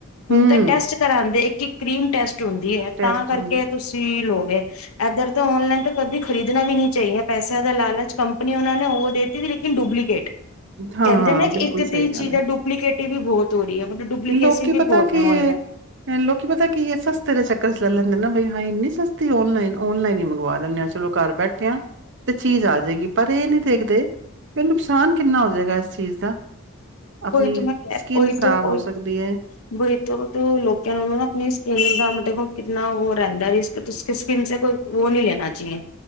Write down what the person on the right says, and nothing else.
ਹੂੰ,
ਟੈਸਟ
ਹੁੰਦੀ
ਹਾਂ-ਹਾਂ,
ਬਿਲਕੁਲ
ਸਹੀ
ਗੱਲ ਐ।
ਲੋਕੀ
ਪਤਾ
ਕੀ
ਲੋਕੀ ਪਤਾ, ਕੀ ਇਹ ਸਸਤੇ ਦੇ ਚੱਕਰ ਚ ਲੱਲ ਬ ਹੈ ਇੰਨੀ ਸਸਤੀ ਔਨਲਾਈਨ ਔਨਲਾਈਨ ਹੀ ਮੰਗਵਾ ਲੈਂਦੇ ਆ ਚਲੋ ਘਰ ਬੈਠੇ ਆ ਤੇ ਚੀਜ਼ ਆ ਜਾਏਗੀ, ਪਰ ਇਹ ਨੀ ਦੇਖਦੇ ਵੀ ਨੁਕਸਾਨ ਕਿੰਨਾ ਹੋ ਜਾਏਗਾ, ਇਸ ਚੀਜ਼ ਦਾ ਆਪਣੀ
ਸਕਿੰਨ ਖ਼ਰਾਬ ਹੋ ਸਕਦੀ ਐ।